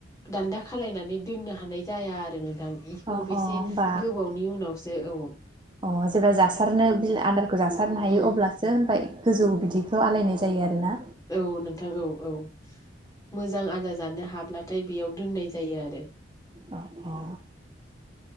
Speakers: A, on the left; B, on the right.
A: दान्दा खालायनानै दोननो हानाय जाया आरो नों थां बेखौ
B: अ
A: बेसे
B: अ होमबा
A: गोबावनो आवसो औ
B: अ जेब्ला जासारनो बिल आदार खौ जासारनो हायो
A: उम
B: अब्लासो होनबाय गोजौ बिदिखौ आलायनाय जायो आरो ना
A: औ नोंथां औ औ मोजां आदार जानो हाब ब्लाथाय बेयाव दोननाय जायो आरो।
B: अ अ